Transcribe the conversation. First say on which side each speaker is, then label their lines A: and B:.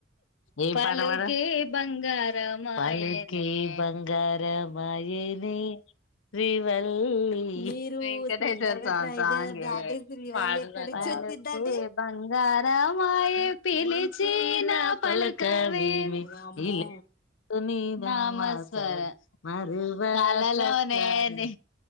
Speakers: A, on the left; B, on the left.
A: ఏం పాట పాడా పలుకే బంగారమాయె పలుకే బంగార మాయనే శ్రివల్లి
B: మీరు
A: వెంకటేశ్వర్
B: సింగర్ గా
A: స్వామి
B: ట్రై
A: సాంగ్
B: చేయండి
A: గే
B: శ్రీవల్లి
A: పాడు
B: ఎక్కడి
A: రాజా
B: నుంచి
A: పలుకే
B: వచ్చిందండి
A: బంగారమాయె పిలిచిన పలుక వేమి
B: వామ్మో
A: కలలో నీ నామస్మరణ మరువ కలలోనే అండి